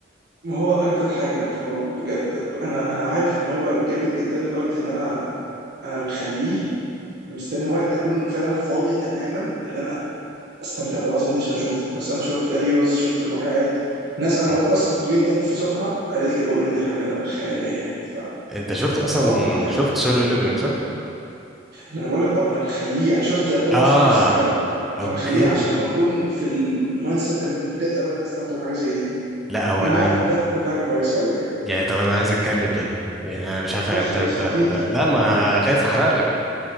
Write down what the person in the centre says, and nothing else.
مم.
انت شفت اصلا
شفت سولو ليفلنج صح؟
اه
اوكي
لا هو
انا
يعني طب انا عايز اتكلم طيب يعني انا مش عارف
انت
انت,
انت...
لا ما خايف احرق لك